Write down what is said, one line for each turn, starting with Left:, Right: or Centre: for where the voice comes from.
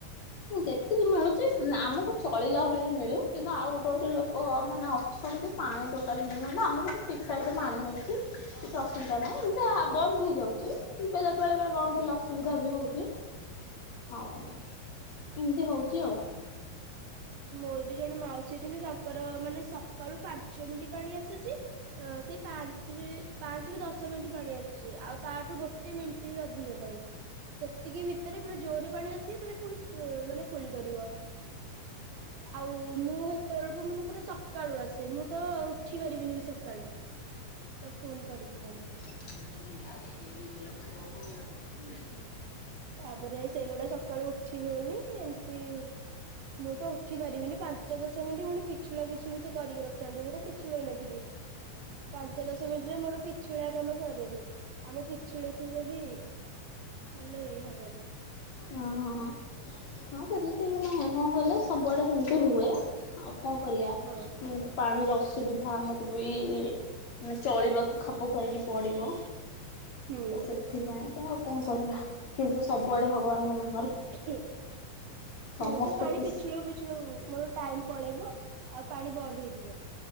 Left: ଯେତିକି ମିଳୁଛି ଆମକୁ ଚଳିଲା ଭଳିଆ ମିଳୁ କିନ୍ତୁ ଆଉ ଗୋଟେ ଗୋଟେ ଲୋକ ମାନେ ଅଛନ୍ତି ପାଣି ଟୋଟାଲ ମିଳୁନି ଆମକୁ ତ ଠିକ୍ ଠାକ୍ ରେ ପାଣି ମିଳୁଛି କିଛି ଅସୁବିଧା ନାହିଁ ଏମିତି ବନ୍ଦ ହେଇଯାଉଛି ବେଳେ ବେଳେ ବେଳେ ବନ୍ଦ
Right: ଆଜ୍ଞା
Left: ହେଲେ ଅସୁବିଧା ବି ହଉଛି ଆଉ ଇନ୍ତି ହଉଛି ଆଉ
Right: ମୋର ବି ଜଣେ ମାଉସୀ ଅଛନ୍ତି ତାଙ୍କର ମାନେ ସକାଳୁ ପାଞ୍ଚ ମିନିଟ୍ ପାଣି ଆସୁଛି ତ ସେଇ ପାଞ୍ଚ ପାଞ୍ଚରୁ ଦଶ ମିନିଟ୍ ପାଣି ଆସୁଛି ଆଉ ତାଠୁ ଗୋଟେ ମିନିଟ୍ ବି ଅଧିକ ନାହିଁ ସେତିକି ଭିତରେ ପୁରା ଜୋରରେ ପାଣି ଆସିବ ତାେ ପୁଣି ମାନେ ଫୁଲ କରିବ ଆଉ ମୁଁ ହେତେବେଳକୁ ମାନେ ପୁରା ସକାଳୁ ଆସେ ମୁଁ ତ ଉଠି ପାରିବିନି ବି ସକାଳୁ ତ ଫୁଲ୍ କରିବି କେନ୍ତି
Left: ଆ ଆଗକୁ ଏ ବେଲପତ୍ରକୁୁଣି
Right: ତାପରେ ସେଇଗୁଡା ସକାଳୁ ଉଠି ହୁଏନି ଏମିତି ମୁଁ ତ ଉଠି ପାରିବିନି ପା ଯଦି ସେମିତି ପୁଣି ପିଛଳା ପିଛୁଳି ସେ କରିକି ରଖିଥାନ୍ତି ମୁଁ ତ ପିଛୁଳିଇାଇ ପାଞ୍ଚ ଦଶ ମିନିଟରେ ମୋର ପି ପିଛୁଳିଆ କାମ ସରେନି ଆମ ପିଛୁଳି ଥିବ ଯଦି ତାହେଲେ ହବନି
Left: ଓହୋ ହଁ ସେମିତି ନ କଣ କହିଲ ସବୁଆଡେ ସେମିତି ହୁଏ ଆଉ କଣ କରିବା
Right: ହଁ
Left: ପାଣିର ଅସୁବିଧା ଆମକୁ ବି ମେ ଚଳିବାକୁ ଖାପକୁ ଆଇକି ପଡିବ
Right: ହୁଁ।
Left: ତ ସେଥିପାଇଁକା ଆଉ କଣ କରିବା କିନ୍ତୁ ସବୁଆଡେ ଭଗବାନଙ୍କ ମନ
Right: ହୁଁ ହୁଁ
Left: ସମସ୍ତେ
Right: ମୁଁ ତ ପାଣି
Left: ଖୁସି
Right: ପିଛୁଳୁ ପିଛୁଳୁ ମୋର ଟାଇମ ପଳେଇବ ଆଉ ପାଣି ବନ୍ଦ ହେଇଯିବ